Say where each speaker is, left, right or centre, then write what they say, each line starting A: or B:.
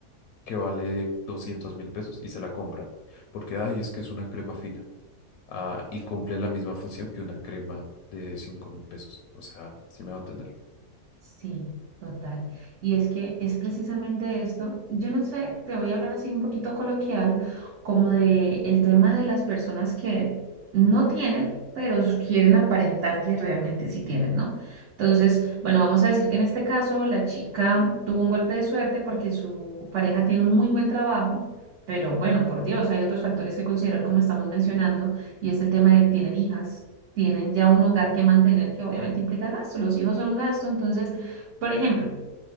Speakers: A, on the left (about 75°); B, on the right (about 60°).
A: que vale doscientos mil pesos y se la compran. Porque, ay, es que es una crema fina. Ah, y cumple la misma función que una crema de cinco mil pesos. O sea, ¿sí me va a entender?
B: Sí, total. Y es que es precisamente esto. Yo no sé, te voy a hablar así un poquito coloquial, como de el tema de las personas que no tienen, pero s- quieren aparentar que realmente sí tienen, ¿no? Entonces, bueno, vamos a decir que en este caso la chica tuvo un golpe de suerte porque su pareja tiene un muy buen trabajo, pero bueno, por Dios, hay otros factores que considerar como estamos mencionando, y es el tema de tienen hijas tienen ya un hogar que mantener, que obviamente implica gasto. Los hijos son un gasto. Entonces, por ejemplo,